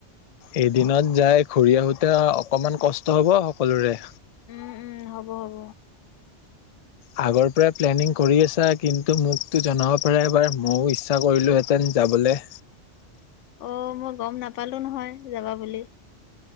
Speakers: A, on the left (about 60°); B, on the left (about 80°).
A: এদিনত যাই ঘূৰি আহোতে অকমান কষ্ট হব সকলোৰে
B: উম উম হ'ব হ'ব
A: আগৰ পৰাই প্লেনিং কৰি আছা কিন্তু মোকতো জনাব পাৰে এবাৰ ময়ো ইচ্ছা কৰিলোহেঁতেন যাবলৈ
B: আহ মই গম নাপালো নহয় যাবা বুলি